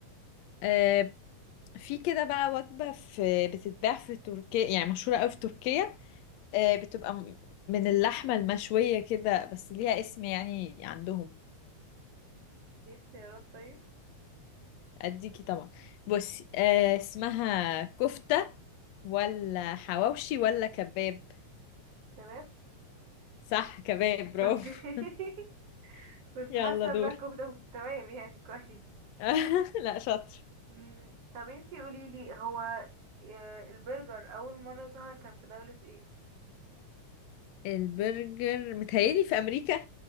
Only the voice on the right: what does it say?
دي اختيارات طيب
كباب
اوكي <laughs>
كنت
حاسة
انها كفتة بس تمام يعني كويس
مم، طب انتي قوليلي هو آه، البرجر أول مرة ظهر كان في دولة ايه؟